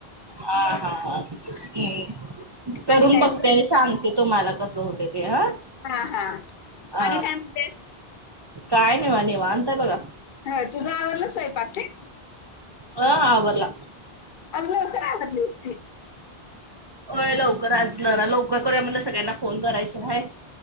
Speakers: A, on the right; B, on the left.
A: हा हा हम्
B: आणि
A: करून
B: काय
A: बघते
B: म्हणते
A: सांग. ते तुम्हाला कसं होत ते हा.
B: हा हा
A: अ
B: आणि त्या बेस.
A: काय नाहीवाणे निवांत आहे बघा.
B: ह तुझं आवरला स्वयंपाक ते?
A: हा आवरलं.
B: <inaudible>
A: अ लवकर आ असलं लवकर करू म्हण सगळ्यांना फोन करायचे आहेय.